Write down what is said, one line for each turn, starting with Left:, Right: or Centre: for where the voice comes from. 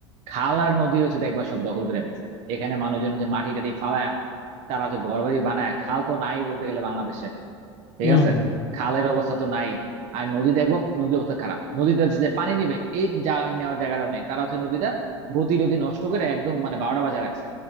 Right: খাল আর নদী হচ্ছে দেখবা সব দখল করে ফেলছে এখানে মানুষজন হচ্ছে মাটি টাটি ফালায় তারা যে ঘরবাড়ি বানায় খাল তো নাই বলতে গেলে বাংলাদেশে ঠিক
Left: হুম
Right: আছে
Left: হুম, হুম।
Right: খালের অবস্থা তো নাই আর নদী দেখবো নদীর অবস্থা খারাপ নদীতে যে পানি নিবে এই জায়গা নেওয়ার জায়গাটাও নেই তারা হচ্ছে নদীটা গতি রতি নষ্ট করে একদম মানে বারোটা বাজায় রাখছে